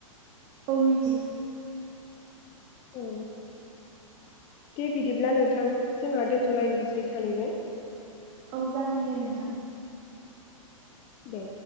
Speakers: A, on the right; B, on the left.
A: औ मिथि
B: औ दे बिदिब्ला नोंथां जोंहा दोन्थ'लायसै सानैबो
A: औ जागोन दे नोंथां
B: दे